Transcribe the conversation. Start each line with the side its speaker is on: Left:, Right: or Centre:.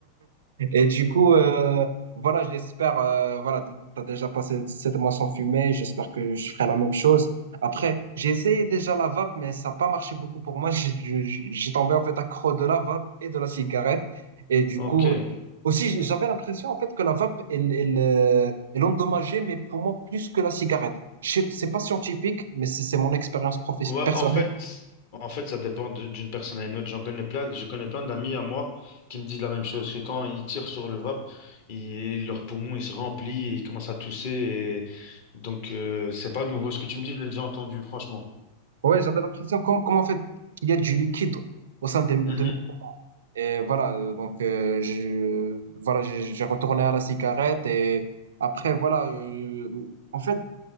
Right: Et du coup, euh, voilà, j'espère, euh, voilà, t'as as déjà passé sept mois sans fumer, j'espère que je ferai la même chose. Après, j'ai essayé déjà la vape, mais ça n'a pas marché beaucoup pour moi. <laughs> J'ai dû- j'ai tombé en fait accro de la vape et de la cigarette. Et du
Left: Ok.
Right: coup, aussi, j'avais l'impression en fait que la vape, elle, elle, euh, elle endommageait mes poumons plus que la cigarette. Je sais- C'est pas scientifique, mais c'est c'est mon expérience professionnelle
Left: Ouais,
Right: personnelle.
Left: en fait, en fait, ça dépend de- d'une personne à une autre. J'en connais plein, je connais plein d'amis à moi qui me disent la même chose, que quand ils tirent sur le vape, ils- leur poumon il se remplit et ils commencent à tousser. et- Donc, euh, c'est pas nouveau. Ce que tu me dis, je l'ai déjà entendu, franchement.
Right: Ouais, j'avais l'impression comme, comme en fait, il y a du liquide au sein de, de
Left: Mhm,
Right: Et voilà, euh, donc euh, je, voilà, j'ai j'ai retourné à la cigarette et après, voilà, euh, en fait,